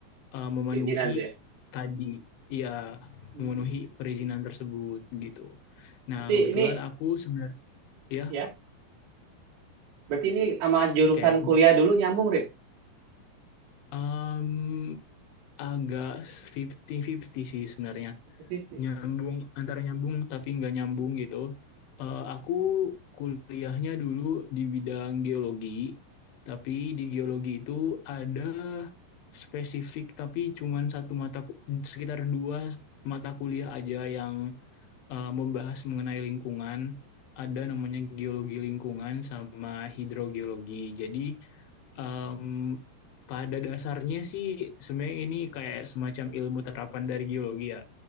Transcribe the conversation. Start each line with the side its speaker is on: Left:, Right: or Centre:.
Left: eh, memenuhi
Right: Bikinan tuh ya.
Left: tadi ya
Right: Hmm.
Left: memenuhi perizinan tersebut gitu. Nah,
Right: Berarti
Left: kebetulan
Right: ini
Left: aku sebenarnya ya
Right: ya, berarti ini sama jurusan
Left: oke
Right: kuliah dulu nyambung, Rif.
Left: em, agak fifty-fifty sih sebenarnya.
Right: Positif sih.
Left: Nyambung antara nyambung tapi nggak nyambung gitu. Eh, aku kuliahnya dulu di bidang geologi, tapi di geologi itu ada spesifik tapi cuman satu mata sekitar dua mata kuliah aja yang eh, membahas mengenai lingkungan. Ada namanya geologi lingkungan sama hidrogeologi. Jadi em, pada dasarnya sih sebenarnya ini kayak semacam ilmu terapan dari geologi ya.